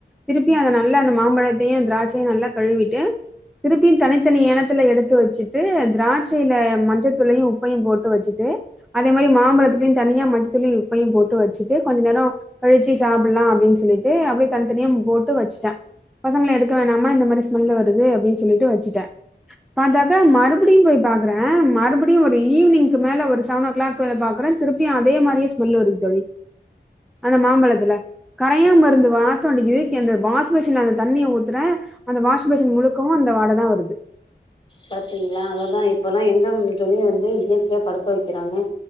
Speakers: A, in the centre; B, on the left.
A: திருப்பியு அந்த நல்லா அந்த மா மாம்பழத்தையு திராட்சையு நல்லா கழுவிட்டு திருப்பி தனித்தனி ஏனக் டத்துல எடுத்து வச்சிட்டு திராட்ச ஸில மஞ்சத்தூளையு உப்பையு போட்டு வச்சிட்டு அதே மாரி மாம்பழத்திலயு தண்ணி ல மஞ்சத்தூளையு உப்பையு போட்டு வச்சிட்டு கொஞ்சொ நேரம் கழிச்சி சாப்டலா அப்டி சொல்லிட்டு அப்டியே தனி தனியா போட்டு வச்சிட்டே பசங்கள எடுக்க வேணாம்மா இந்த மாரி ஸ்மெல் வருது அப்டின்னு சொல்லிட்டு வச்சிட்டே. பாத்தாக்கா மறுபடியும் போய் பாக்குறே மறுபடியும் ஒரு ஈவினிங்க் மேல ஒரு செவன் ஓ கிளாக் மேல பாக்கறே திருப்பியும் அதே மாரியே ஸ்மெல் வருது தோழி அந்த மாம்பழத்துல. கரையா
B: பாத்தீங்
A: மருந்து வாசம் அடிக்கிது ஏ அந்த வாஷ் பேஷன தண்ணிய ஊத்துறே அந்த வாஷ்பேஷன் முழுக்கவு அந்த வாட தா வருது
B: பாத்தீங்ளா அதெல்லா இருக் இப்பல்லா எங்க தோழி வந்து இயற்கையா பழுக்க வக்கிறாங்க